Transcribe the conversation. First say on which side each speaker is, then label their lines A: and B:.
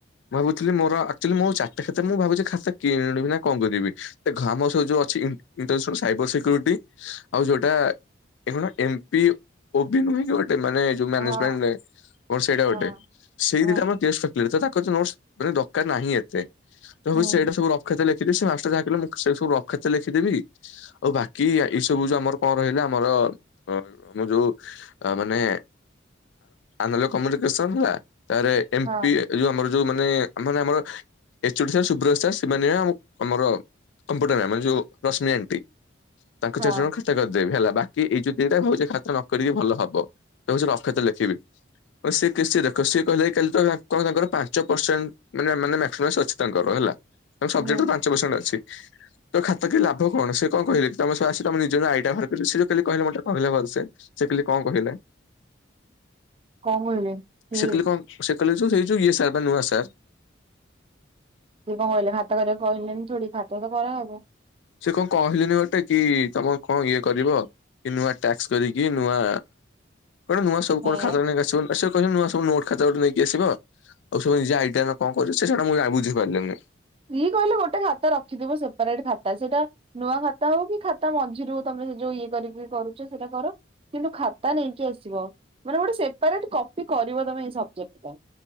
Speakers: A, on the left; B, on the right.
A: ମୁଁ ଭାବୁଥିଲି ମୋର, ଆକ୍ଚୁଲି ମୋ ଚାରିଟା ଖାତା ମୁଁ ଭାବୁଛି ଖାତା କିଣିବି ନା କଣ କରିବି? ଦେଖ ଆମର ସେ ଯୋଉ ଅଛି, ଇଣ୍ଟର ସାଇବର ସିକ୍ୟୁରିଟି। ଆଉ ଯୋଉଟା ଏ ଗୋଡ଼ା ଏମ୍ ପି ଓ ପି ନୁହେଁ କି ଗୋଟେ ମାନେ ଯୁ ମ୍ୟାନେଜମେଣ୍ଟ,
B: ହଁ
A: ଓ ସେଇଟା ଗୋଟେ
B: ହଁ
A: ସେଇ
B: ହଁ
A: ଦିଟା ମୋର <unintelligible> ଟ ନୋଟ୍ସ୍ ମାନେ ଦରକାର ନାହିଁ ଏତେ।
B: ହୁଁ।
A: ହଉ ସେଇଟା ସବୁ ରଫ ଖାତାରେ ଲେଖି ଯଦି ସେ ମାଷ୍ଟର ଯାହା କହିଲେ, ମୁଁ ସେଇ ସବୁ ରଫ ଖାତାରେ ଲେଖିଦେବି। ଆଉ ବାକି ଏଇ ସବୁ ଯୋଉ ଆମର କଣ ରହିଲା, ଆମର ଅ ଆମ ଯୋଉ। ମାନେ ଆମର କମ୍ୟୁନିକେସନ ଥିଲା, ତାପରେ ଏମ୍‌
B: ହଁ
A: ପି ଏ ଯଉ ଆମର ଯୋଉ ମାନେ, ମାନେ ଆମର ଏଚ୍ ଓ ଡ଼ି ସାର୍, ସୁ୍ର୍ବତ ସାର୍, ସେମାନେ ଆଉ ଆମର କମ୍ପୁଟର ମ୍ୟାମ, ଯୋଉ ରଶ୍ମି ଆଣ୍ଟି, ତାଙ୍କ
B: ହଁ
A: ଚାରି ଜଣଙ୍କ କରିଦେବି ହେଲା ବାକି ଏଇ ଯୋଉ ଦିଟା, ହଉଛି ଭାବୁଚି ଖାତା ନ କରିକି ଭଲ ହବ, ଯାଉଛି ରଫ ଖାତାରେ ଲେଖିବି। ଓ କି ସିଏ ଦେଖ ସିଏ କହଲେ କି କାଲି ତ ନା କଣ ତାଙ୍କର ପାଞ୍ଚ ପରସେଣ୍ଟ, ମାନେ ମାକ୍ସଇମମ୍ ସରିଚି ତାଙ୍କର ହେଲା, ସବଜେକ୍ଟ
B: ହୁଁ
A: ତାଙ୍କର ପାଞ୍ଚ ପର୍ସେଣ୍ଟ ଅଛି। ତ ଖାତା ଥିଲା ଲାଭ କଣ, ସେ କଣ କହିଲେ କି ତମ ତମ ନିଜର ଆଇଡିଆ ବାହାର କରି, ସେ ଯଉ କହିଲେ ମ କହିଲା ସେ ସେ କାଲି କଣ କହିଲା?
B: କଣ କହିଲେ କିଏ?
A: ସେ କଲି କଣ ସେ କଲେ ସେ ଯୁ ଇଏ ସାର୍ ବା ନୂଆ ସାର୍।
B: ସିଏ କଣ କହିଲେ ଭାତ କରିବାକୁ କହିଲେନି ଥୋଡ଼ି ଭାତ ତ କରାହବ।
A: ସେ କଣ କହିଲେନି ବୋଲି ଟେକି ତମର କଣ ଇଏ କରିବ। କି ନୂଆ ଟାସ୍କ କରିକି ନୂଆ କଣ ନୂଆ ସବୁ
B: ହେଁ
A: କଣ ଖାତା ନେଇକି ଆସିବ ଆସିବ। କହିଲେ ନୂଆ ସବୁ ନୋଟ ଖାତା ଗୋଟେ ନେଇକି ଆସିବ ଆଉ ସବୁ ନିଜ ଆଇଡିଆରେ କଣ କରିବ ସେଟା ମୁଁ ଛାଡ଼ ମୁଁ ବୁଝିପାରିଲିନି।
B: ଇ କହିଲେ ଗୋଟେ ଖାତା ରଖିଥିବୁ ସେପାରେଟ ଖାତା ସେଇଟା ନୂଆ ଖାତା ହଉ କି ଖାତା ମଝିରୁ ତମେ ଯୋଉ ଇଏ କରିକି କରୁଚ ସେଇଟା କର। କିନ୍ତୁ ଖାତା ନେଇକି ଆସିବ ମାନେ ଗୋଟେ ସେପାରେଟ କପି କରିବ ତମେ ଏଇ ସବଜେକ୍ଟ ପାଇଁ।